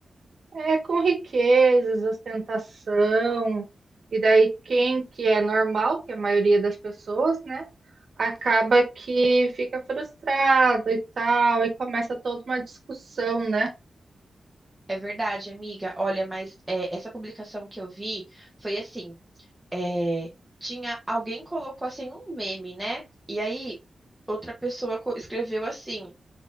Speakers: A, on the right (about 45°); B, in the centre.
A: é com riquezas, ostentação, e daí quem que é normal, que é a maioria das pessoas, né? Acaba que fica frustrado e tal, e começa toda uma discussão, né?
B: É verdade, amiga. Olha, mas é, essa publicação que eu vi foi assim: é, tinha alguém colocou assim um meme, né? E aí outra pessoa co- escreveu assim: